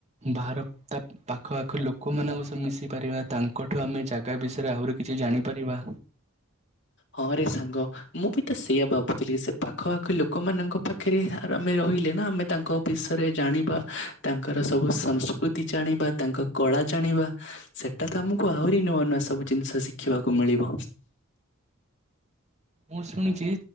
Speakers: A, on the right; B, on the left.
A: ବାହାର ତା ପାଖ ପାଖ ଲୋକମାନଙ୍କ ସ ମିଶି ପାରିବା ତାଙ୍କଠୁ ଆମେ ଜାଗା ବିଷୟରେ ଆହୁରି କିଛି ଜାଣିପାରିବା।
B: ହଁ ରେ ସାଙ୍ଗ। ମୁଁ ବି ତ ସେଇୟା ଭାବୁଥିଲି ସେ ପାଖ ଆଖ ଲୋକମାନଙ୍କ ପାଖରେ ଆମେ ରହିଲେ ନା ଆମେ ତାଙ୍କ ବିଷୟରେ ଜାଣିବା ତାଙ୍କର ସବୁ ସଂସ୍କୃତି ଜାଣିବା ତାଙ୍କ କଳା ଜାଣିବା। ସେଟା ତ ଆମକୁ ଆହୁରି ନୂଆ ନୂଆ ସବୁ ଜିନିଷ ଶିଖିବାକୁ ମିଳିବ।
A: ମୁଁ ଶୁଣିଚି